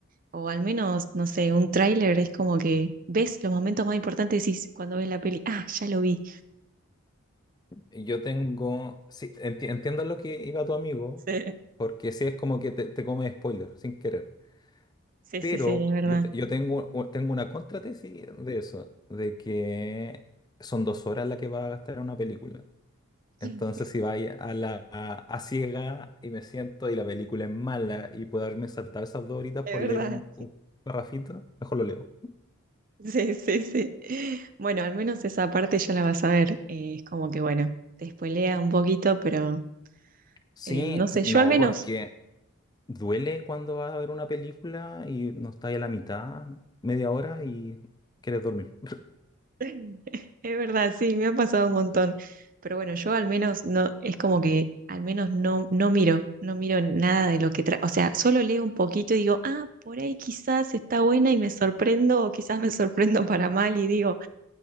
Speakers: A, on the right; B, on the left.
A: O al menos, no sé, un tráiler es como que ves los momentos más importantes y decís, cuando ves la peli, ah, ya lo vi.
B: Yo tengo, sí, enti- entiendo lo que iba tu amigo,
A: Sí,
B: porque sí es como que te, te come spoiler sin querer.
A: sí,
B: Pero
A: sí, sí, es verdad.
B: yo, te- yo tengo, u- tengo una contratesis de eso, de que son dos horas las que va a gastar una película. Entonces
A: <laughs>
B: si vais a la a, a ciega y me siento y la película es mala y puedo haberme saltado esas dos horitas
A: Es
B: por leer
A: verdad.
B: un, un parrafito, mejor lo leo.
A: Sí, sí, sí. Bueno, al menos esa parte ya la vas a ver. Eh, es como que, bueno, te spoilea un poquito, pero
B: Sí,
A: eh, no sé,
B: sí,
A: yo
B: no,
A: al menos,
B: porque Duele cuando vas a ver una película y no estás a la mitad, media hora y quieres dormir. <laughs>
A: <laughs> es verdad, sí, me ha pasado un montón. Pero bueno, yo al menos no, es como que al menos no, no miro, no miro nada de lo que trae. O sea, solo leo un poquito y digo, ah, por ahí quizás está buena y me sorprendo, o quizás me sorprendo para mal y digo,